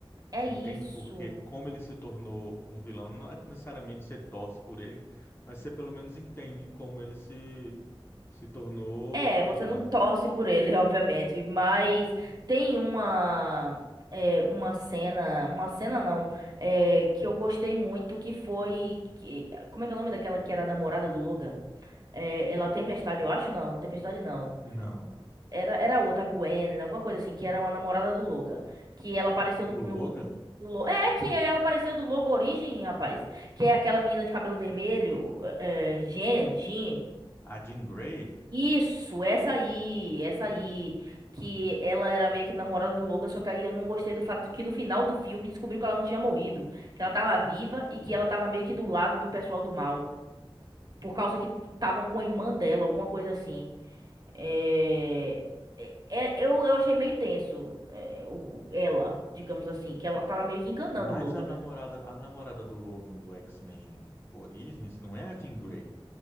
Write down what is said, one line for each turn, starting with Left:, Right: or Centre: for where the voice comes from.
Right: é
Left: Você
Right: isso.
Left: entende porque como ele se tornou um vilão, não é necessariamente você torce por ele, mas você pelo menos entende como ele se, se tornou
Right: É,
Left: um
Right: você
Left: vilão.
Right: não torce por ele, <laughs> obviamente, mas tem uma é, uma cena, uma cena não, é, que eu gostei muito, que foi que- como é que é o nome daquela que era a namorada do Logan? É, ela Tempestade, eu acho não, Tempestade não.
Left: Não,
Right: Era, era outra, Gwen, alguma coisa assim, que era uma namorada do Logan. Que ela apareceu
Left: do
Right: no, no-
Left: Logan,
Right: do Lo- É, que ela apareceu do Logo Origem, rapaz. Que é aquela menina de cabelo vermelho, é, é, Jen, Jean.
Left: a Jean Grey,
Right: Isso, essa aí, essa aí. Que ela era meio que namorada do Logan, só que aí eu não gostei do fato que no final do filme descobriu que ela não tinha morrido. Que ela tava viva e que ela tava meio que do lado do pessoal do mal. Por causa que estavam com a irmã dela, alguma coisa assim. É, é- é- eu, eu achei meio tenso, é, o- ela, digamos assim, que ela tava meio que enganando
Left: mas
Right: o Logan,
Left: a namorada,
Right: né?
Left: a namorada do Logan do X-Men Origins não é a Jean Grey.